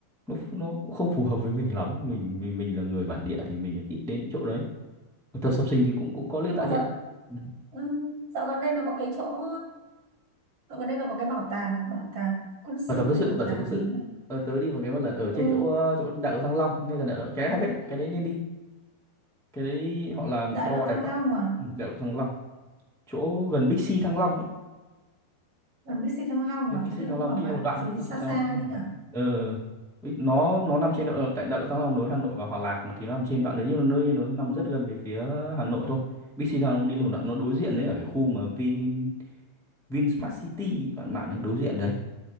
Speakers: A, in the centre; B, on the right (about 45°).
A: nó nó cũng không phù hợp với mình lắm mình mình mình là người bản địa thì mình ít đến những chỗ đấy tập sập sinh thì cũng cũng có lên
B: nhưng
A: tại
B: mà
A: hiện
B: dạo
A: Ừ.
B: ừ, dạo gần đây nó có cái chỗ dạo gần đây nó có cái bảo tàng à bảo tàng quân
A: bảo
B: sự
A: tàu cơ
B: đấy
A: sự
B: bảo
A: bảo
B: tàng
A: tàu cơ sự
B: gì nhỉ
A: ờ, tớ đi một cái một lần ở trên
B: ừ,
A: chỗ ờ, chỗ đại lộ Thăng Long ngay gần đại lộ cái hay phết đấy cái đấy nên đi cái đấy họ làm
B: Đại
A: to
B: lộ
A: đẹp
B: Thăng Long
A: lắm
B: à
A: Ừ. đại lộ Thăng Long chỗ gần Big C Thăng Long ấy
B: gần BC Thăng Long
A: nhưng
B: à
A: Bixi
B: thế thì
A: Thăng
B: cũng
A: Long
B: ở
A: đi
B: bạn
A: là một đoạn
B: dưới
A: thôi Bixi
B: xa
A: Thăng
B: xa
A: Long đi là
B: đấy
A: một đoạn
B: à
A: ờ Bích- nó nó nằm trên độ tại đại lộ Thăng Long nối Hà Nội và Hòa Lạc mà thì nó nằm trên đoạn đấy nhưng nó nó nằm
B: ừ.
A: rất gần về phía Hà Nội thôi Bixi Thăng Long đi là một đoạn nó đối diện với ở cái khu mà Vin Vinsmart City bạn bạn ấy đối diện đấy